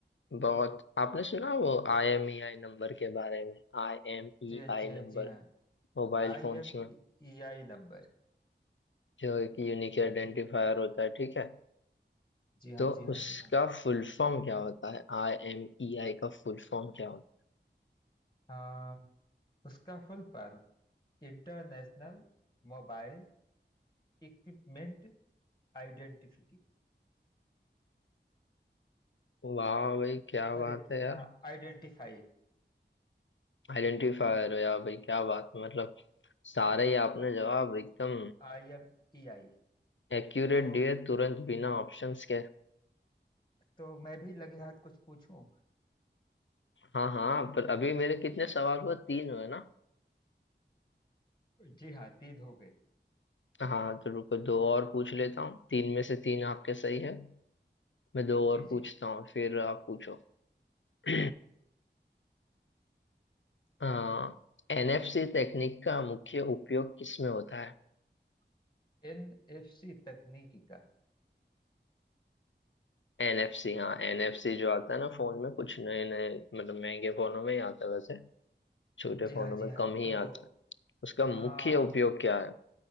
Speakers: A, on the left; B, on the left.
A: बहुत आपने सुना वो I M E I number के बारे में I M E
B: जी हाँ
A: I
B: जी हाँ
A: number
B: जी हाँ
A: mobile
B: I
A: phones
B: M
A: में
B: E I number
A: जो एक यूनिक
B: जी हाँ
A: आइडेंटिफायर
B: जी हाँ
A: होता है ठीक है
B: जी हाँ
A: तो
B: जी हाँ
A: उसका
B: जी हाँ
A: फुल फॉर्म क्या होता है आई एम ई आई का फुल फॉर्म क्या होता है
B: हाँ उसका full form international mobile equipment identity
A: वाह भाई क्या बात
B: अरे
A: है यार
B: identify
A: आइडेंटिफायर हो यार भाई क्या बात है मतलब सारे ही आपने जवाब एकदम
B: I M E I
A: एक्यूरेट
B: तो
A: दिए तुरंत बिना ऑप्शंस के
B: तो मैं भी लगे हाथ कुछ पूछूं
A: हाँ हाँ पर अभी मेरे कितने सवाल हुए तीन हुए ना
B: जी हाँ तीन हो गए
A: हाँ तो रुको दो और पूछ लेता हूँ तीन में से तीन आपके सही है मैं दो
B: जी
A: और
B: जी
A: पूछता हूँ फिर आप पूछो <clears throat> हाँ एनएफसी तकनीक का मुख्य उपयोग किसमें होता है
B: एन एफ सी तकनीकी का
A: एनएफसी
B: हाँ
A: हाँ एनएफसी जो आता है ना फोन में कुछ नए नए मतलब महंगे फोनों में ही आता है वैसे छोटे
B: जी
A: फोनों
B: हाँ
A: में
B: जी हाँ
A: कम
B: तो
A: ही आता है उसका मुख्य
B: हाँ
A: उपयोग क्या है